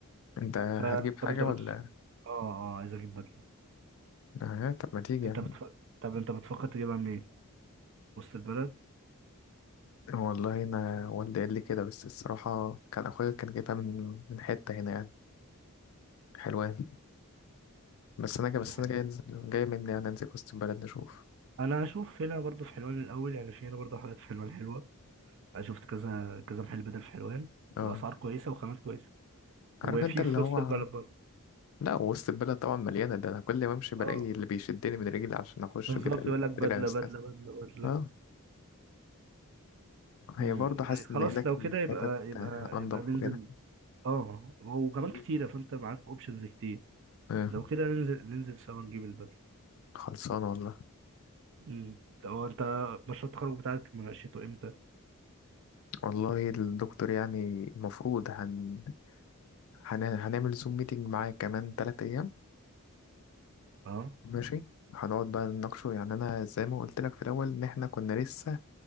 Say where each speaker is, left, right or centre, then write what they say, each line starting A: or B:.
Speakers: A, on the left; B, on the right.
A: انت هتجيب
B: فطب
A: حاجه
B: انت
A: ولا
B: بت... اه اه عايز اجيب بدلة
A: اه طب ما تيجي يعني
B: انت بتف... طب انت بتفكر تجيبها منين وسط البلد
A: والله انا والدي قال لي كده بس الصراحه كان اخويا كان جايبها من من حته هنا يعني حلوة بس انا جاي بس
B: الحلو
A: انا جاي انزل جاي مني يعني انزل وسط البلد نشوف
B: انا هشوف هنا برضو في حلوان الاول يعني في هنا برضو حاجات في حلوان حلوه انا شفت كذا كذا محل بدل في حلوان
A: اه
B: واسعار كويسه وخامات كويسه
A: عارف
B: وفي
A: انت اللي
B: في
A: هو
B: وسط البلد برضو
A: لا وسط البلد طبعا مليانه ده انا كل ما امشي بلاقي
B: اه
A: اللي بيشدني من رجلي عشان اخش
B: بالظبط
A: بدل
B: يقول لك بدله
A: بدل الاستاذ
B: بدله بدله بدله
A: اه هي
B: امم
A: برضه حاسس
B: خلاص
A: ان هناك
B: لو كده يبقى
A: الحتت
B: يبقى
A: انضف
B: يبقى ننزل
A: وكده
B: اه وكمان كتيره
A: مم.
B: فانت معاك اوبشنز كتير
A: اه
B: لو كده ننزل ننزل سوا نجيب البدله
A: خلصانه والله
B: امم طب هو انت مشروع التخرج بتاعك مناقشته امتى
A: والله الدكتور يعني المفروض هن... هن... هنعمل زوم ميتنج معاه كمان تلات ايام
B: اه
A: ماشي هنقعد بقى نناقشه يعني انا زي ما قلت لك في الاول ان احنا كنا لسه